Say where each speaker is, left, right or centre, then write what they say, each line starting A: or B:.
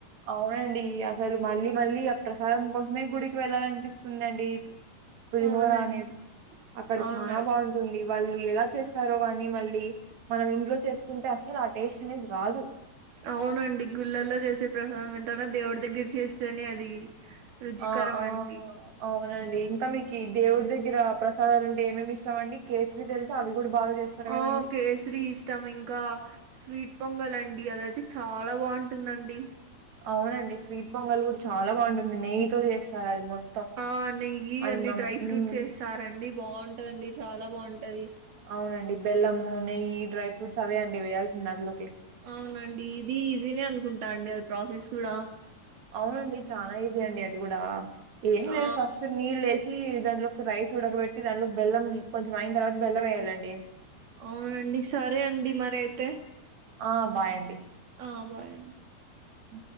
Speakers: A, on the right; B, on the right.
A: అవునండి అసలు మళ్ళీ మళ్ళీ ఆ ప్రసాదం కోసమే గుడికి వెళ్ళాలనిపిస్తుందిండి పులిహోర
B: అవునండి
A: అనే అక్కడ
B: అవును
A: చాలా బాగుంటుంది వాళ్ళు ఎలా చేస్తారో కాని మళ్ళీ మనం ఇంట్లో చేసుకుంటే అసలు ఆ టేస్ట్ అనేది రాదు
B: అవునండి గుళ్ళల్లో చేసే ప్రసాదం ఎంతన్నా దేవుడి దగ్గర చేస్తేనే అది రుచికరం
A: ఆ ఆ
B: అండి
A: అవునండి ఇంకా మీకు ఈ దేవుడి దగ్గర రా ప్రసాదాలు అంటే ఏమేమి ఇష్టం అండి కేసరి తెలుసా అవి కూడా బాగా చేస్తారు కదండి
B: ఆ కేసరి ఇష్టం ఇంకా స్వీట్ పొంగల్ అంటే అండి అదయితే చాలా బాగుంటుందండి
A: అవునండి స్వీట్ పొంగల్ కూడా చాలా బాగుంటుంది నెయ్యితో చేస్తారది మొత్తం
B: ఆ నెయ్యి
A: అన్నం
B: అన్ని డ్రై ఫ్రూట్స్
A: మ్మ్
B: వేస్తారండి బాగుంటదండి చాలా బాగుంటది
A: అవునండి బెల్లము నెయ్యి డ్రై ఫ్రూట్స్ అవే అండి వేయాల్సింది దాంట్లోకి
B: అవునండి ఇది ఈజీనే అనుకుంటా అండి అది ప్రాసెస్ కూడా
A: అవునండి చాలా ఈజీ అండి అది కూడా ఏం
B: ఆ
A: లేదు ఫస్ట్ నీళ్ళేసీ దాంట్లోకి రైస్ ఉడకబెట్టి దానిలోకి బెల్లం కొంచెం అయిన తర్వాత బెల్లం వేయ్యాలండి
B: అవునండి సరే అండి మరి అయితే
A: ఆ బాయ్ అండి
B: ఆ బాయ్ అండి
A: అ